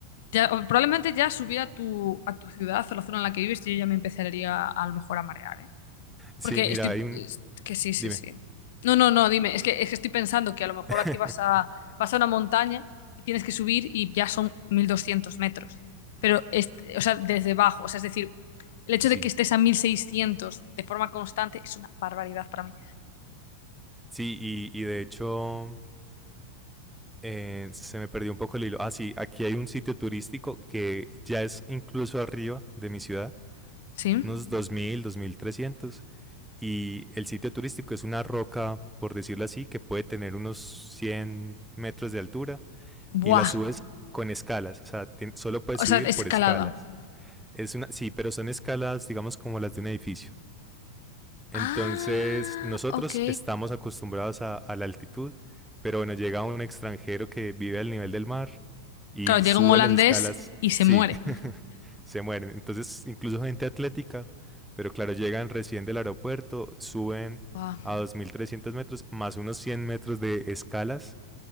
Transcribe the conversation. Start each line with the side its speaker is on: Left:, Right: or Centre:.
Left: ya, o probablemente ya subiera a tu, a tu ciudad o la zona en la que vives, yo ya me empezaría a lo mejor a marear, ¿eh?
Centre: Sí,
Left: Porque
Centre: mira,
Left: estoy...
Centre: hay un...
Left: es que sí, sí,
Centre: Dime.
Left: sí. No, no, no, dime. Es que, es que estoy pensando que a lo mejor
Centre: <laughs>
Left: aquí vas a, vas a una montaña y tienes que subir y ya son 1200 metros. Pero, este- o sea, desde abajo. O sea, es decir, el hecho
Centre: Sí,
Left: de que estés a mil seiscientos de forma constante es una barbaridad para mí.
Centre: sí, y, y de hecho, Eh, se me perdió un poco el hilo. Ah, sí, aquí hay un sitio turístico que ya es incluso arriba de mi ciudad,
Left: ¿Sí?
Centre: unos 2000, 2300. Y el sitio turístico es una roca, por decirlo así, que puede tener unos 100 metros de altura y
Left: Buah.
Centre: la subes con escalas. O sea, te- solo puedes
Left: O
Centre: subir
Left: sea,
Centre: por
Left: escalada.
Centre: escalas. Es una, sí, pero son escalas, digamos, como las de un edificio. Entonces,
Left: Ah,
Centre: nosotros
Left: ok.
Centre: estamos acostumbrados a, a la altitud, pero bueno, llega un extranjero que vive al nivel del mar y
Left: Claro, llega
Centre: sube
Left: un holandés
Centre: las escalas,
Left: y se
Centre: sí,
Left: muere.
Centre: <laughs> se mueren. Entonces, incluso gente atlética, pero claro, llegan recién del aeropuerto, suben
Left: Buah.
Centre: a 2.300 metros, más unos 100 metros de escalas,